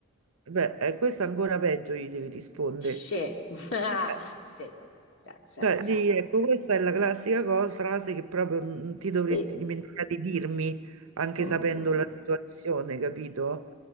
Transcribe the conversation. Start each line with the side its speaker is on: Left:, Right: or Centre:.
Right: beh, eh, questa ancora peggio gli devi rispondere.
Left: Sì, <laughs>
Right: Eh,
Left: sì, Cioè, sì,
Right: Cioè,
Left: sì.
Right: di, ecco, questa è la classica cosa, frase che proprio non ti dovresti
Left: Sì.
Right: dimenticare di dirmi, anche
Left: Mm,
Right: sapendo
Left: mm,
Right: la
Left: mm.
Right: situazione, capito?